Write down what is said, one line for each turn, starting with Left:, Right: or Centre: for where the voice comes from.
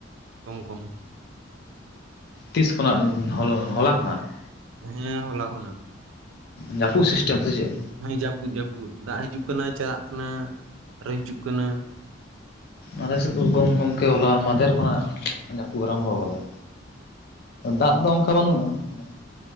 Right: ᱠᱚᱢ ᱠᱚᱢ,
Left: ᱛᱤᱥ ᱠᱷᱚᱱᱟᱜ ᱦᱚᱞ ᱦᱚᱞᱟ ᱠᱷᱚᱱᱟᱜ?
Right: ᱦᱮᱸ ᱦᱚᱞᱟ ᱠᱷᱚᱱᱟᱜ᱾
Left: ᱡᱟᱹᱯᱩᱫ ᱥᱤᱥᱴᱮᱢ ᱥᱮ ᱪᱮᱫ?
Right: ᱦᱮᱸ ᱡᱟᱹᱯᱩᱫ ᱡᱟᱹᱯᱩᱫ ᱫᱟᱜ ᱦᱤᱡᱩᱜ ᱠᱟᱱᱟ ᱪᱟᱞᱟᱜ ᱠᱟᱱᱟ ᱟᱨ ᱦᱤᱡᱩᱜ ᱠᱟᱱᱟ᱾
Left: ᱟᱞᱮ ᱥᱮᱫ ᱫᱚ ᱠᱚᱢ ᱜᱚᱢᱠᱮ ᱦᱚᱞᱟ ᱢᱟᱫᱷᱮᱨ ᱠᱷᱚᱱᱟᱜ ᱡᱟᱹᱯᱩᱫ ᱟᱨᱟᱢᱵᱚ ᱟᱠᱟᱫᱟᱭ᱾ ᱫᱟᱜ
Right: ᱚ
Left: ᱫᱚ ᱚᱱᱠᱟ ᱵᱟᱹᱱᱩᱜᱼᱟ᱾ ᱚᱱᱮ